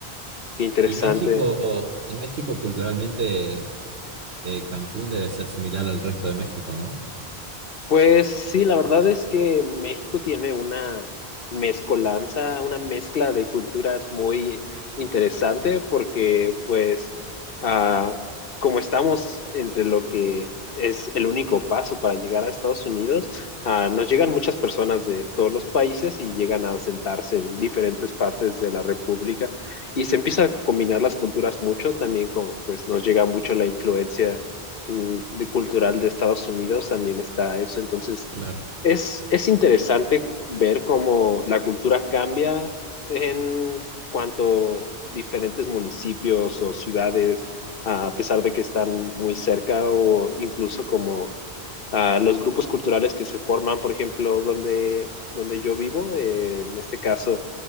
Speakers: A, on the left; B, on the right.
A: interesante.
B: Y México, y México culturalmente, eh, Cancún debe ser similar al resto de México, ¿no?
A: Pues sí, la verdad es que México tiene una mezcolanza, una mezcla de culturas muy interesante porque pues ah, como estamos entre lo que es el único paso para llegar a Estados Unidos, ah, nos llegan muchas personas de todos los países y llegan a sentarse en diferentes partes de la República y se empieza a combinar las culturas mucho, también como pues nos llega mucho la influencia mm, de cultural de Estados Unidos también está eso. Entonces,
B: Claro.
A: es, es interesante ver cómo la cultura cambia en cuanto diferentes municipios o ciudades, a pesar de que están muy cerca o incluso como uh, los grupos culturales que se forman, por ejemplo, donde, donde yo vivo, eh, en este caso